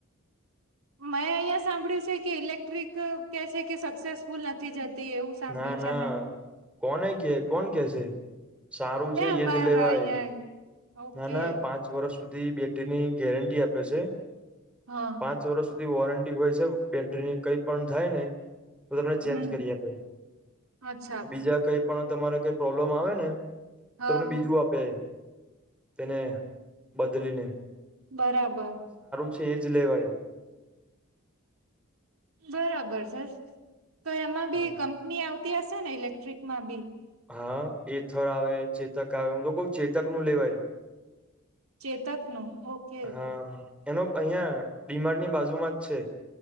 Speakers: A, on the right (about 80°); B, in the centre.
A: મેં અહિયાં સાંભળ્યું છે કે ઇલેક્ટ્રિક કે છે કે સક્સેસફુલ નથી જતી એવું સાંભળ્યું
B: ના ના
A: છે મેં
B: કોને કે કોણ કેશે સારું છે
A: અમારા
B: એજ લેવાય
A: અહિયાં ઓકે
B: ના ના પાંચ વર્ષ સુધી બેટરીની ગેરંટી આપે છે
A: હા
B: પાંચ વર્ષ સુધી વોરંટી હોય છે બેટરીની કંઈ પણ થાય ને તો તમને
A: હમ
B: ચેન્જ કરી આપે
A: અચ્છા
B: બીજા કઈ પણ તમારે કઈ પ્રોબ્લમ આવે ને
A: હા
B: તમને બીજું આપે તેને બદલીને
A: બરાબર
B: છ જ લવાય
A: બરાબર સર તો એમાં બી
B: હા
A: કંપની આવતી હશે ને ઇલેક્ટ્રિક માં બી
B: હા એથર આવે ચેતક આવે હમ તો ક ચેતક નું લેવાય
A: ચેતકનો ઓકે
B: હા એનો અહિયાં બીમારની બાજુમાં જ છે